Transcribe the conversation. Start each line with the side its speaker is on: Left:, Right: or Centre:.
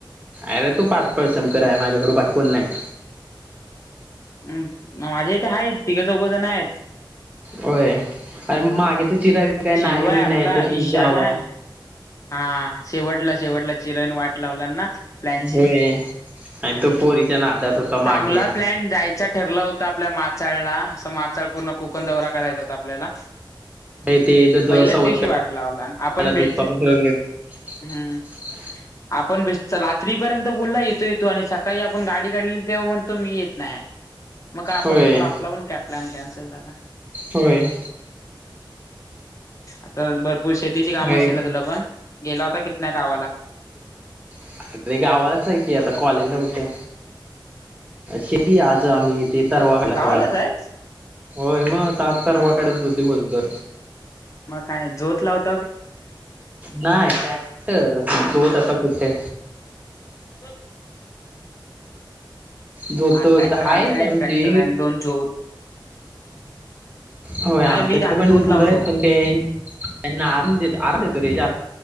Right: अरे तू पारपळ शंकर हाय माझ्याबरोबर बाकी कोणी नाही.
Left: ह माझ्या इथे आहेत तिघं चौघजण आहेत.
Right: होय अरे मागे त चिराय काय
Left: चिरू
Right: नाही
Left: आहे
Right: मी
Left: आपला
Right: नाही तर तुम्ही
Left: ईशान
Right: जाव..
Left: आहे हा शेवटला शेवटला चिरण वाट वाटत लावलं ना प्लॅनची.
Right: होय आणि तो पोरीच्या नादात होता
Left: चांगला
Right: मागे
Left: प्लॅन जायचा.. ठरलं होतं आपल्या माचाळला अस मासाळ पूर्ण कोकण दौरा कराायचा होता आपल्याला.
Right: ते दव
Left: पहिल्याच दिवशी वाट लावला आपण
Right: दुधपागैर
Left: भेटली
Right: <unintelligible>
Left: हम्म आपण बे रात्रीपर्यंत बोलला येतो येतो आणि सकाळी आपण गाडी काढली तेव्हा म्हण त मी येत नाही मग आपण
Right: होय
Left: आपला पण कॅब प्लॅन कॅन्सल झाला.
Right: होय.
Left: आता भरपूर शेतीची काम
Right: होय
Left: असतील ना तुला पण गेला होता किती नाही गावाला?
Right: अ अरे गावालाच आहे की आता कॉलेजला कुठे शेती आज आम्ही... ते तरवा केला
Left: गावालाच
Right: सगळा
Left: आहे
Right: होय मग सच तरवा
Left: हा
Right: काढत
Left: हा हा
Right: होती बोल तर
Left: मग काय जोत लावत
Right: नाही टॅक्टर तोत आता कुठे
Left: चला
Right: जोत
Left: हा ट्रॅक्टर
Right: हायच
Left: आमच्याकडे एक
Right: आमची
Left: ट्रॅक्टर आणि दोन झोत
Right: होय आमच्याकडे
Left: नाही मी आम्ही
Right: पण
Left: धूत
Right: गुरु
Left: लावतो
Right: आहेत प ते त्यांना आ आमच्याकडे पण गुर आहेत आराम देतो रे जास्त